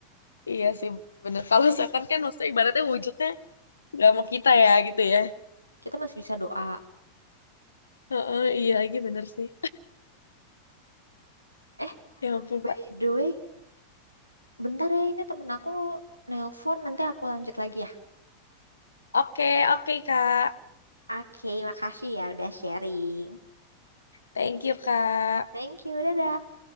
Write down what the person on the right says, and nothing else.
Kita masih bisa doa.
Eh,
by
the way, bentar ya ini temen aku nelpon. Nanti aku lanjut lagi ya.
Oke, makasih ya udah sharing.
Thank you, dadah.